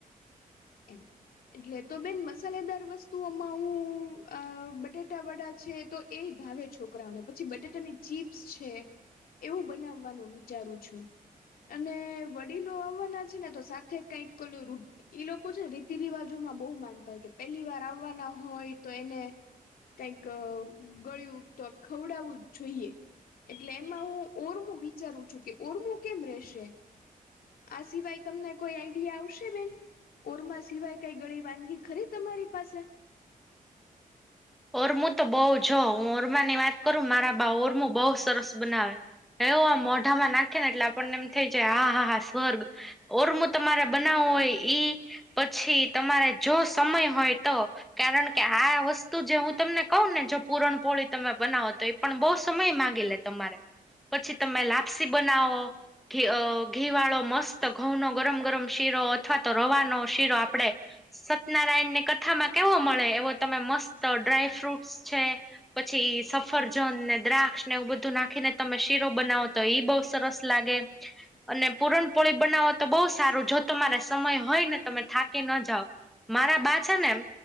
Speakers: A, on the left; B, in the centre.
A: એમ. એટલે તો બેન મસાલેદાર વસ્તુઓમાં હું બટેટા વડા છે તો એ ભાવે છોકરાઓને, પછી બટેટાની ચીપ્સ છે એવું બનાવવાનું વિચારું છું. અને વડીલો આવવાના છે ને તો સાથે કઈક ઓલુ ઈ લોકો છે ને રીતિ રિવાજોમાં બહુ માનતા હોય કે પેલી વાર આવવાના હોય તો એને કઈક ગળું તો ખવડાવું જ જોઈએ. એટલે એમાં હું ઉર્મું વિચારું છું કે ઉર્મુ કેમ રેશે આ સિવાય તમને કોઈ આઈડિયા આવશે બેન ઓરમા સિવાય કઈ ગળી વાનગી ખરી તમારી પાસે
B: ઓરમું તો બઉ જો હું ઓરમા ની વાત કરું મારા બા ઓરમુ બહુ સરસ બનાવે. એવ આમ મોઢામાં નાખે ને એટલે આપણને એમ થઇ જાય હા હા હા સ્વર્ગ ઓરમું તમારે બનાવવું હોય ઈ પછી તમારે જો સમય હોય તો કારણ કે આ વસ્તુ તું જે હું તમને કહું ને જો પૂરણપોળી તમે બનાવો તો એ પણ બહુ સમય મામાંગી લે તમારે પછી તમે લાપસી બનાવો. ઘી ઘીવાળો મસ્ત ઘઉં ન ગરમ ગરમ શીરો અથવા તો રવાનો શીરો આપણેે સતનારાયણ ની કથામાં કેવો મળે એવો તમે મસ્ત તો ડ્રાયફ્રૂટસ છે પછી સફરજન ને દ્રાક્ષ ને એવું બધું નાખીને તમે શીરો બનાવો તો ઈ બઉ સરસ લાગે. અને પુરણપોળી બનાવો તો બહુ સારું. જો તમારે સમય હોય ને તમે થાકી ન જાવ. મારા બા છે ને